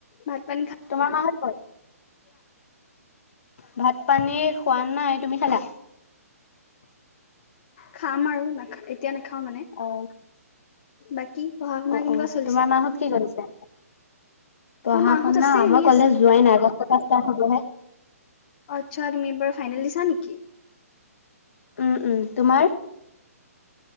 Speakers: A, on the left; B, on the left.
A: ভাত পানী খালা?
B: তোমাৰ মাহত ক'ত ভাত পানী খোৱা নাই। তুমি চলা
A: খাম আৰু নাখা এতিয়া নাখাও মানে।
B: আহ
A: বাকী পঢ়া শুনা
B: অ'
A: কেনেকুৱা
B: অ',
A: চলিছে?
B: তোমাৰ মাহত কি কৰিছে? পঢ়া
A: মোৰ মাহত
B: শুনা,
A: আছে এনেই
B: মই কলে
A: আছে।
B: যোৱাই নাই আগষ্টৰ পৰা ষ্টাৰ্ট হবহে।
A: আচ্ছা তুমি এইবাৰ ফাইনেল দিছা নেকি?
B: উম উম। তোমাৰ?